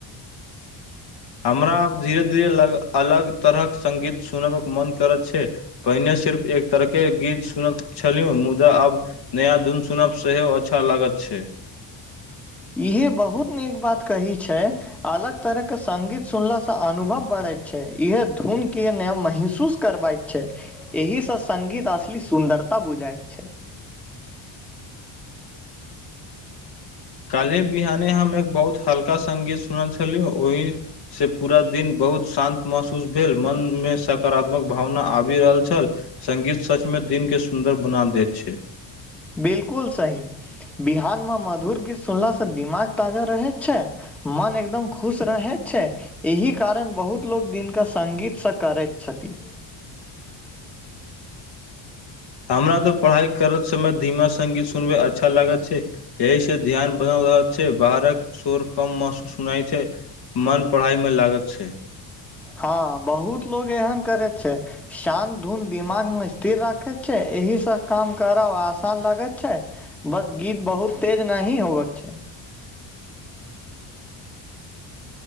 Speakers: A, on the left; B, in the centre.
A: हमरा आब धीरे धीरे लग अलग तरहक संगीत सुनबक मोन करैत छै। पहिने सिर्फ एक तरहके गीत सुनैत छलिय मुदा आब। नया धुन सुनब सेहो अच्छा लागत छै।
B: इहे बहुत नीक बात कही छै। अलग तरह के संगगीत सुनलासँ अनुभव बढ़ैत छै इह धुन के नय महसूस। करबाइत छै एहिसँ संगगीत असली सुन्दरता बुझाइत छै।
A: काल्हि बिहाने हम एक बहुत हल्का सगीत सुनल छलिय ओहि। से पूरा दिन बहुत शान्त महसूस भेल मन मे सकारात्मक भावना आबि रहल छल। संगीत सचमे दिनके सुन्दर बना दैत छै।
B: बिलकुल सही। बिहान म मधुर गीत सुनलास से दिमाग ताजा रहै छै। मन एकदम खुश रहै छै। एहि कारण बहुत लोको दिनक सगीतसँ करैत छथिन।
A: हमरा तऽ पढ़ाइ करत समय धीमा संगीत सुनबमे अच्छा लागत छै। यह से ध्यान बनलरह छै बाहरक शोर कम महसूस सुनाइ छै। मन पढ़ाइमे लागत छै।
B: हँऽ बहुत लोग एहन करैत छै। शान्त धुन दिमागमे स्थिर राखैत छै, एहि स काम करब आसान लगैत छै। बस गीत बहुत तेज नाही होबकऽ छै।